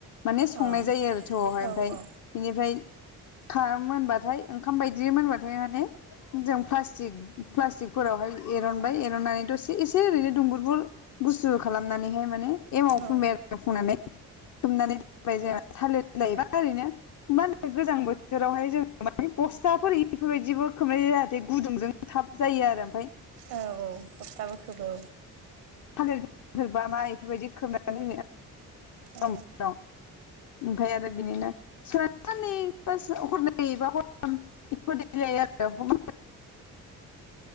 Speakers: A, on the left; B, on the right.
A: माने संनाय
B: औ
A: जायो आरो थौआवहाय आमफाय
B: औ औ
A: बेनिफ्राय थाम मोनबाथाय ओंखाम बायदि मोनबा थाय माने जों प्लास्टिक प्लास्टिकफोरावहाय एरन बाय एरनानै दसे एसे ओरैनो दुंबुरबुर गुसु खालामनानैहाय माने एमाव फुनबाय
B: औ
A: आरो फुननानै दुमनानै दोनबाय जोंहा थालिर बिलाय ओरैनो मा होनो गोजां बो थोरावहाय जोङो माने बस्थाफोर इफोरबायदिबो खोबनाय जाहाथे गुदुंजों थाब जायो आरो ओमफाय
B: औ औ बस्ताबो खोबौ।
A: थालिरफोरबा मा बेफोरबायदि खोबनानै दोनो
B: औ
A: <unintelligible> ओमफाय आरो बिदिनो सा-साननै हरनै बा हरथाम <unintelligible>